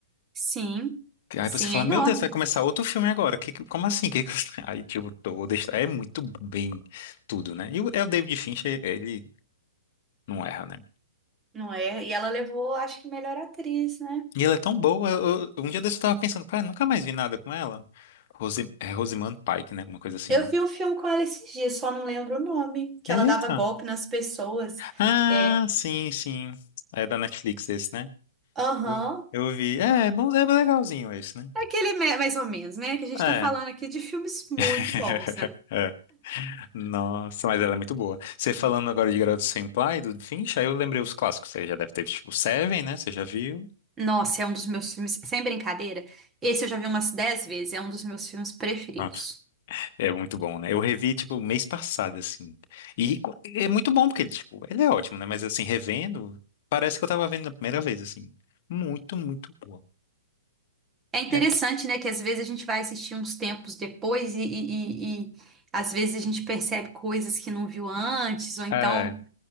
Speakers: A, on the right; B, on the left.
A: Sim,
B: Aí
A: sim,
B: você fala,
A: é enorme.
B: meu Deus, vai começar outro filme agora. Que, que- como assim? Que, que- <laughs> Aí, tipo, toda. a histó- É muito bem tudo, né? E o, é o David Fincher, ele não erra, né?
A: Não é? E ela levou, acho que melhor atriz, né?
B: E ela é tão boa. eu- eu- um dia desse eu tava pensando, cara, nunca mais vi nada com ela. Rose, é Rosamund Pike, né? Alguma coisa assim,
A: Eu
B: né?
A: vi um filme com ela esses dias, só não lembro o nome, que
B: Eita!
A: ela dava golpe nas pessoas.
B: Ah,
A: É,
B: sim, sim. É da Netflix esse, né?
A: aham.
B: Eu, eu vi. É, é bom, é legalzinho esse, né?
A: É Aquele me- mais ou menos, né? Que a gente
B: É.
A: tá falando aqui de filmes muito
B: <laughs>
A: bons, né?
B: É. Nossa, mas ela é muito boa. Você falando agora de Garota Senpai, do Finch, aí eu lembrei os clássicos. Você já deve ter, tipo, Seven, né? Você já viu?
A: Nossa, é um dos meus filmes, sem brincadeira. Esse eu já vi umas 10 vezes, é um dos meus filmes preferidos.
B: Pronto. É muito bom, né? Eu revi, tipo, mês passado, assim. E co- é muito bom, porque ele, tipo, ele é ótimo, né? Mas, assim, revendo, parece que eu tava vendo na primeira vez, assim. Muito, muito boa.
A: É interessante,
B: É.
A: né? Que às vezes a gente vai assistir uns tempos depois e, e, e- e às vezes a gente percebe coisas que não viu antes, ou então
B: É.